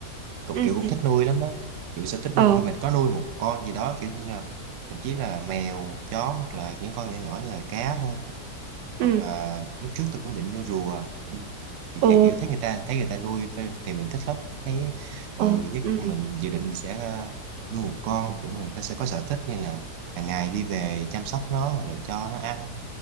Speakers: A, on the right (about 60°); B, on the right (about 90°).
A: cũng
B: ừ
A: kiểu cũng
B: ừ.
A: thích nuôi lắm á kiểu sẽ thích
B: ờ
A: nuôi khi mình có nuôi một con gì đó kiểu như là thậm chí là mèo chó hoặc là những con nhỏ nhỏ như là cá thôi
B: ừ
A: hoặc là lúc trước tôi cũng định nuôi rùa thì,
B: ồ
A: thì kiểu thấy người ta thấy người ta nuôi thì mình thích lắm thấy ừ
B: ồ
A: nhất
B: ừ
A: mình dự định mình sẽ ờ, nuôi một con kiểu mình sẽ có sở thích như là hàng ngày đi về chăm sóc nó hoặc là cho nó ăn